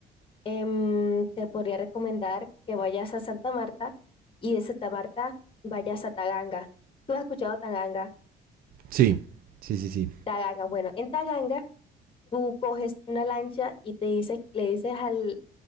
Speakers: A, on the left (about 30°); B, on the right (about 60°).
A: em, te podría recomendar que vayas a Santa Marta y de Santa Marta vayas a Taganga. ¿Tú has escuchado Taganga?
B: Sí, sí, sí, sí.
A: Taganga, bueno, en Taganga tú coges una lancha y te dices, le dices al,